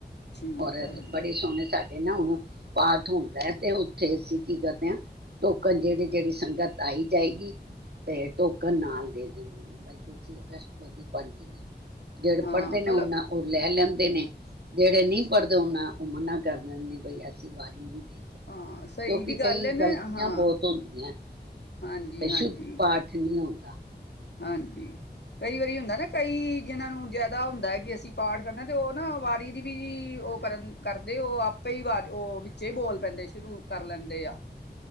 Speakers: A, on the left (about 75°); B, on the right (about 65°).
A: ਠੀਕ
B: ਔਰ
A: ਹੈ ਵਧੀਆ
B: ਬੜੇ ਸੋਹਣੇ ਸਾਡੇ ਨਾ ਹੁਣ ਪਾਠ ਹੁੰਦਾ ਹੈ ਤੇ ਉੱਥੇ ਅਸੀਂ ਕੀ ਕਰਦੇ ਹਾਂ, ਟੋਕਨ ਜਿਹੜੀ ਜਿਹੜੀ ਸੰਗਤ ਆਈ ਜਾਏਗੀ ਤੇ ਟੋਕਨ ਨਾਲ ਦੇ ਦਿੰਦੇ ਹ ਬਾਈ ਤੁਸੀਂ ਅਸ਼ਵ ਪੜ੍ਹਨੀ ਹ਼ਨਾ। ਜੇੜੇ
A: ਹਾਂ
B: ਪੜਦੇ
A: ਮਤਲਬ
B: ਨੇ ਉਨਾ ਲੈ ਲੈਂਦੇ ਨੇ, ਜਿਹੜੇ ਨਹੀਂ ਪੜ੍ਹਦੇ ਉਹਨਾਂ ਉਹ ਮੰਨਾ ਕਰ ਦਿੰਦੇ ਨੇ, ਬਈ ਅਸੀਂ ਵਾਰੀ ਨਹੀਂ।
A: ਹਾਂ ਸਹੀ
B: ਕਿਉਂਕਿ
A: ਵੀ ਗੱਲ
B: ਕਈ
A: ਹੈ ਨਾ
B: ਗਲਤੀਆਂ
A: ਹਾਂ
B: ਬਹੁਤ ਹੁੰਦੀਆਂ।
A: ਹਾਂਜੀ
B: ਤੇ ਸ਼ੁੱਧ
A: ਹਾਂਜੀ
B: ਪਾਠ ਨਹੀਂ ਹੁੰਂਦਾ।
A: ਹਾਂਜੀ, ਕਈ ਵਾਰੀ ਹੁੰਦਾ ਨਾ ਕਈ ਇਹਨਾਂ ਨੂੰ ਜਿਆਦਾ ਹੁੰਦਾ ਕਿ ਅਸੀਂ ਪਾਠ ਕਰਨਾ ਤੇ ਉਹ ਨਾ ਵਾਰੀ ਦੀ ਵੀ ਉਹ ਕਰਦੇ ਉਹ ਆਪੇ ਹੀ ਵਿੱਚ ਬੋਲ ਪੈਂਦੇ ਸ਼ੁਰੂ ਕਰ ਲੈਂਦੇ ਆ।